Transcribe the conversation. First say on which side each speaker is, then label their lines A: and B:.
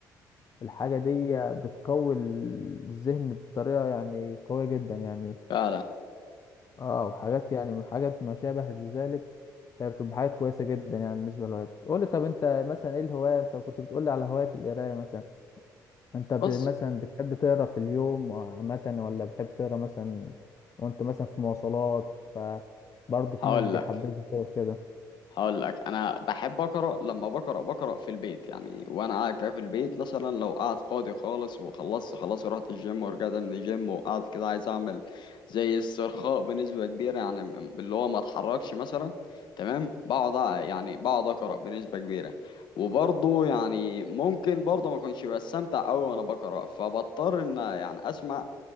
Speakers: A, on the left; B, on the left.
A: الحاجة دي بتقوي الذهن بطريقة يعني قوية جدا يعني
B: فعلا
A: اه وحاجات يعني من حاجات ما شابه لذلك يعني بتبقى حاجات كويسه جدا يعني بالنسبه للهوايات قول لي طب انت مثلا ايه الهوايه انت كنت بتقول لي على هوايه القرايه مثلا انت ب...
B: بص
A: مثلا بتحب تقرا في اليوم عامه ولا بتحب تقرا مثلا وانت مثلا في مواصلات ف برضه
B: هقول
A: في ناس بيحببوا
B: لك
A: تقرا كده
B: هقول لك انا بحب اقرا لما بقرا بقرا في البيت يعني وانا قاعد كده في البيت مثلا لو قاعد فاضي خالص وخلصت خلاص رحت الجيم ورجعت من الجيم وقاعد كده عايز اعمل زي استرخاء بنسبه كبيره يعني م- اللي هو ما اتحركش مثلا تمام بقعد أع- يعني بقعد اقرا بنسبه كبيره وبرضه يعني ممكن برضه ما اكونش بستمتع قوي وانا بقرا فبضطر ان يعني اسمع